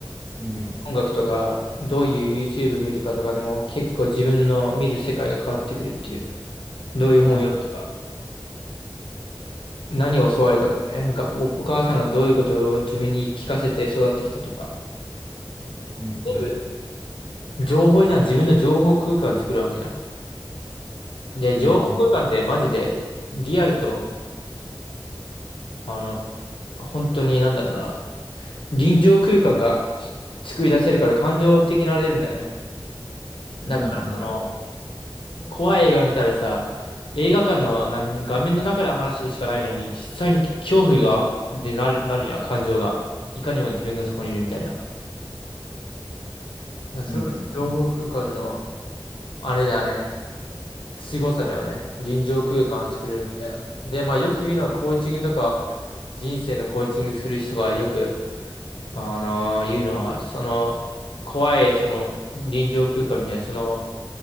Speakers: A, on the right; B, on the left.
A: うん、
B: 音楽とか、どういう YouTube 見るかとかでも結構自分の見る世界が変わってくるっていう。どういう本を読むとか、
A: うん、
B: 何を教わるかとかね、
A: そう、
B: がお、お母さんがどういうことを自分に聞かせて育ってきたとか。
A: うん、
B: 全部
A: うん、
B: 情報じゃん。自分の情報空間を作るわけじゃん。で、情報空間ってマジでリアルと、
A: うん、うん、
B: あの、本当になんだろうな、臨場空間が作り出せるから感情的になれるんだよね。だから、
A: うん、うん、
B: その、
A: うん、
B: 怖い映画見たらさ、映画館のなん画面の中の話でしかないのに、実際に恐怖が、でなる、なるじゃん、感情が。いかにも自分がそこにいるみたいな。だからそれが情報空間の、
A: うん、うん、
B: あれだよね、凄さだよね。臨場空間を作れるみたいな。で、まあよく言うのはコーチングとか、人生のコーチングする人がよくあのいうのは、その、怖い、その、臨場空間みたいな、その、